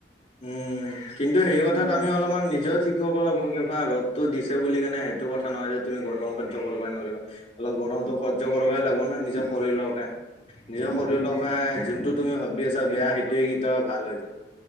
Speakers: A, on the left; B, on the left.
A: উম, কিন্তু হেৰি
B: উম
A: কথাত আমি অলপমান নিজেও ঠিক <unintelligible> লাগব কিহ <unintelligible> ৰ'দটো দিছে বুলি কেনে সেইটো কথা নহয় যে তুমি গৰম সহ্য কৰিবাই নোৱাৰিবা। অলপ গৰমতো
B: অ
A: সহ্য কৰিবই লাগব না, নিজৰ শৰীলকে, নিজৰ
B: উম
A: শৰীলক
B: উম
A: <unintelligible> যোনটো তুমি ভাবি আছা বেয়া সেইটোই কেতিয়াবা ভাল হৈ যায়।